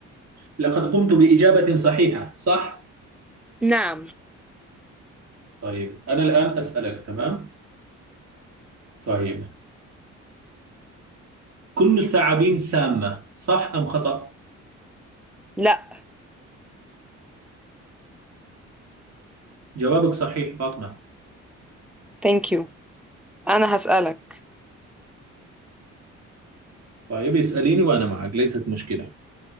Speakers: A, on the right (about 60°); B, in the centre.
A: لقد قمت بإجابة صحيحة صح؟
B: نعم
A: طيب أنا الآن أسألك تمام؟ طيب كل الثعابين سامة صح أم خطأ؟
B: لا
A: جوابك صحيح فاطمة
B: ثانك يو أنا هسألك
A: طيب اسأليني وأنا معك ليست مشكلة